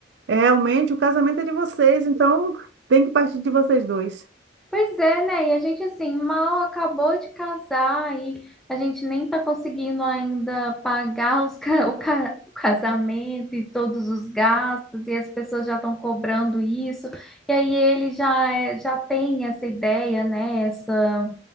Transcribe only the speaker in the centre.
Pois é, né? E a gente, assim, mal acabou de casar e a gente nem tá conseguindo ainda pagar os ca- o, ca- o casamento e todos os gastos, e as pessoas já estão cobrando isso. E aí ele já, é- já tem essa ideia, né? Essa,